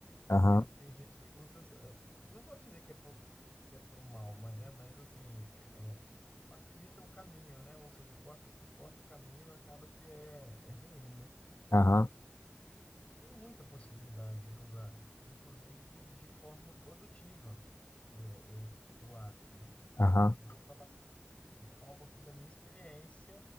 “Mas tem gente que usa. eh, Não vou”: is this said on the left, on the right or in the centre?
Left